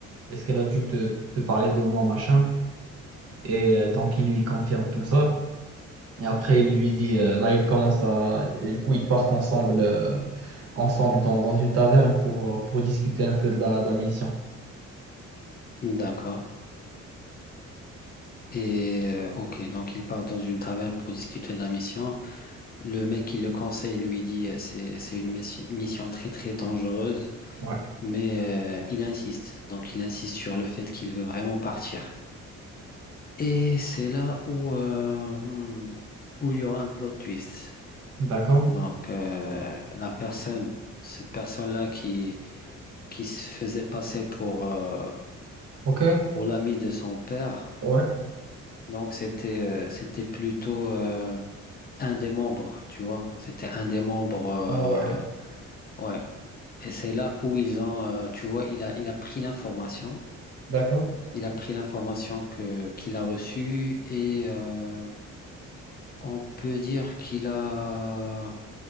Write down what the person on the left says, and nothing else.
d'accord. Et euh, ok, donc il part dans une taverne pour discuter de la mission. Le mec qui le conseille lui dit euh, c'est c'est une messi- mission très très dangereuse,
mais euh, il insiste. Donc il insiste sur le fait qu'il veut vraiment partir. Et c'est là où euh, hmm, où il y aura un plot twist.
Donc euh, la personne, cette personne-là qui qui se faisait passer pour euh,
pour l'ami de son père.
Donc c'était euh, c'était plutôt euh, un des membres, tu vois. C'était un des membres. euh,
ouais. Et c'est là où ils ont, euh, tu vois, il a, il a pris l'information.
Il a pris l'information que qu'il a reçue et euh, on peut dire qu'il a,